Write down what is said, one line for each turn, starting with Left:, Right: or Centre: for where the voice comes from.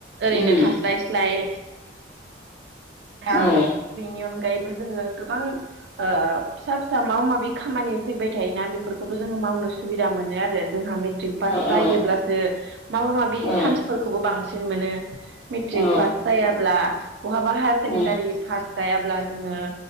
Right: ओरैनो
Left: उम
Right: थास्लाय स्लाय ना
Left: औ
Right: बिनियावनो दायोबो जोङो गोबां ओ फिसा फिसा माबा माबि खामानि फैबाय थायोना बेफोरखौबो जोङो मावनो सुबिदा मोनो आरो जोंहा मेट्रिक पास
Left: औ
Right: जायोब्लासो
Left: औ
Right: माबा माबि
Left: औ
Right: सान्सफोरखौबो बांसिन जिन मोनो मेट्रिक
Left: औ
Right: पास जायाब्ला बहाबा हायार सेकेणडारि
Left: औ
Right: फार्स जायाब्ला जोङो